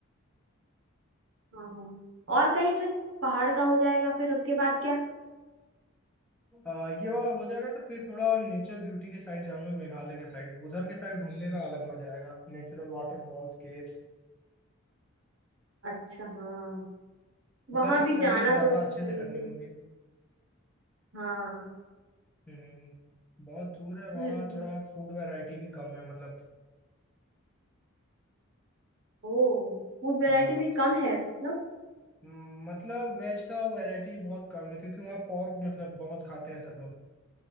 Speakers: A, on the right (about 60°); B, in the centre.
A: हाँ हाँ और कहीं ट्रिप पहाड़ का हो जाएगा फिर उसके बाद क्या
B: आ, ये वाला हो जाएगा तो फिर थोड़ा नेचर ब्यूटी के साइड जाऊंगा मेघालय के साइड उधर के साइड घूमने का अलग मजा आएगा नेचुरल वाटरफॉल्स केव्स
A: अच्छा हाँ वहां
B: उधर की
A: भी
B: प्लानिंग
A: जाना
B: ज्यादा
A: तो
B: अच्छे
A: है
B: से करनी
A: लेकिन
B: होगी
A: हाँ
B: हम्म बहुत दूर है वहाँ
A: ल-
B: थोड़ा फूड वैरायटी भी कम है मतलब
A: ओ फूड वैरायटी
B: हाँ
A: भी कम है मतलब
B: हम्म, मतलब वेज का वैरायटी बहुत कम है क्योंकि वहाँ पोर्क मतलब बहुत खाते हैं सब लोग